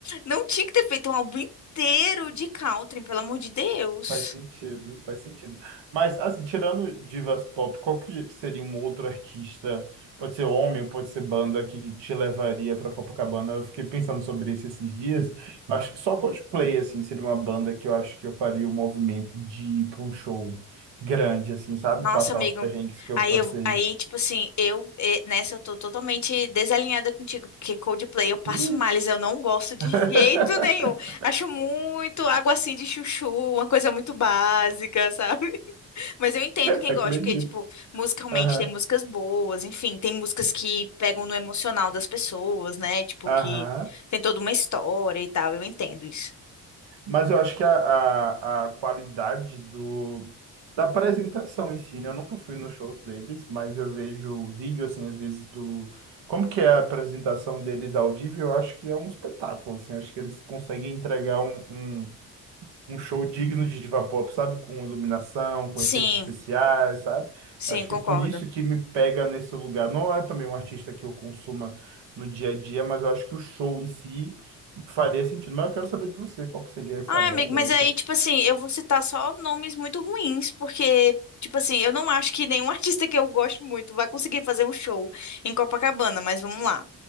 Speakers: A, on the left; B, on the right.
A: não tinha que ter feito um álbum inteiro de country, pelo amor de Deus.
B: Faz sentido, faz sentido. Mas, assim, tirando divas pop, qual que seria um outro artista? Pode ser homem, pode ser banda que te levaria para Copacabana. Eu fiquei pensando sobre isso esses dias. Acho que só Coldplay, assim, seria uma banda que eu acho que eu faria o movimento de ir para um show grande, assim, sabe?
A: Nossa,
B: Passar
A: amigo.
B: os perrengues que eu
A: Aí,
B: passei.
A: eu, aí, tipo assim, eu eh, nessa eu tô totalmente desalinhada contigo, porque Coldplay eu passo
B: Ixi!
A: males, eu não gosto de
B: <laughs>
A: jeito nenhum. Acho muito água assim de chuchu, uma coisa muito básica, sabe? <laughs> Mas eu entendo quem
B: Acredito.
A: gosta, porque, tipo, musicalmente
B: Aham.
A: tem músicas boas, enfim, tem músicas que pegam no emocional das pessoas, né? Tipo,
B: Aham.
A: que tem toda uma história e tal, eu entendo isso.
B: Mas eu acho que a, a, a qualidade do, da apresentação em si, né? Eu nunca fui no show deles, mas eu vejo vídeo, assim, às vezes do... Como que é a apresentação deles ao vivo, eu acho que é um espetáculo, assim. Eu acho que eles conseguem entregar um, um- um show digno de diva pop, sabe? Com iluminação, com
A: Sim,
B: efeitos especiais, sabe?
A: sim,
B: Acho
A: concordo.
B: que é por isso que me pega nesse lugar. Não é também um artista que eu consuma no dia a dia, mas eu acho que o show em si faria sentido. Mas eu quero saber de você, qual que seria essa
A: Ai,
B: banda
A: amigo, mas
B: ou esse...
A: aí, tipo assim, eu vou citar só nomes muito ruins, porque, tipo assim, eu não acho que nenhum <laughs> artista que eu gosto muito vai conseguir fazer um show em Copacabana, mas vamos lá.